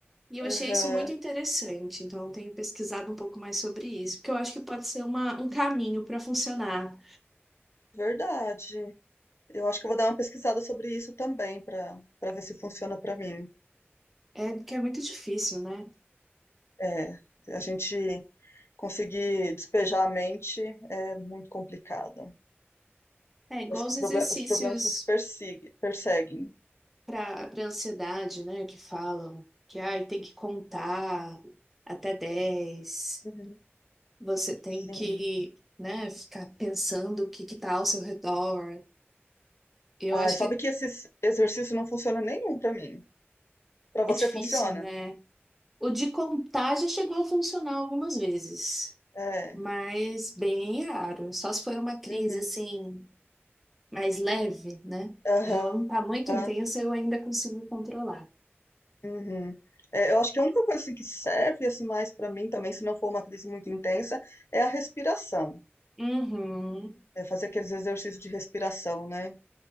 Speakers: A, in the centre; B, on the left.
A: E eu achei
B: Aham.
A: isso muito interessante, então eu tenho pesquisado um pouco mais sobre isso, porque eu acho que pode ser uma, um caminho para funcionar.
B: Verdade. Eu acho que eu vou dar uma pesquisada sobre isso também, para para ver se funciona para mim.
A: É, porque é muito difícil, né?
B: É, a gente conseguir despejar a mente é muito complicado.
A: É igual
B: Parece que
A: os
B: o
A: exercícios.
B: proble- os problemas nos persegue- perseguem.
A: para para ansiedade, né? Que falam que ai, tem que contar até dez,
B: Uhum.
A: você tem
B: Sim.
A: que, né, ficar pensando o que que tá ao seu redor. Eu acho
B: Ai, sabe
A: que
B: que esse exercício não funciona nenhum pra mim. Pra você
A: é difícil,
B: funciona?
A: né? O de contar já chegou a funcionar algumas vezes,
B: É.
A: mas bem raro. Só se for uma crise
B: Uhum.
A: assim mais leve, né?
B: Aham.
A: Quando ela não tá muito intensa, eu ainda consigo controlar.
B: Uhum. É, eu acho que a única coisa assim, que serve assim mais pra mim também, se não for uma crise muito intensa, é a respiração.
A: Uhum.
B: É fazer aqueles exercícios de respiração, né?